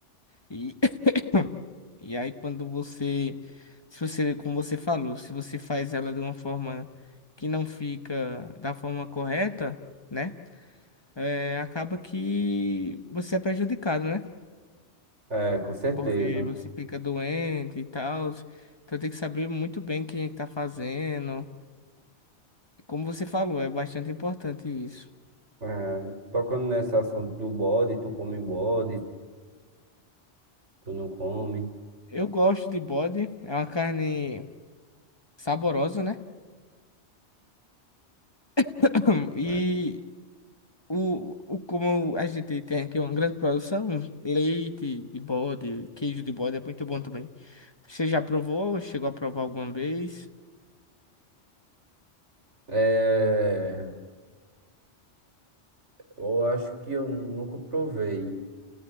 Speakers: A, on the left; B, on the right.
A: E <laughs> <coughs> E aí quando você, se você, como você falou, se você faz ela de uma forma que não fica da forma correta, né? É, acaba que você é prejudicado, né?
B: É, com certeza.
A: Porque você fica doente e tal. Então tem que saber muito bem quem está fazendo. Como você falou, é bastante importante isso.
B: É, tocando nesse assunto do bode, tu come bode, tu não come.
A: Eu gosto de bode, é uma carne saborosa, né? <clears throat> E
B: É,
A: O, o, como a gente tem aqui uma grande produção, leite de bode, queijo de bode é muito bom também. Você já provou? Chegou a provar alguma vez?
B: É, eu acho que eu nunca provei,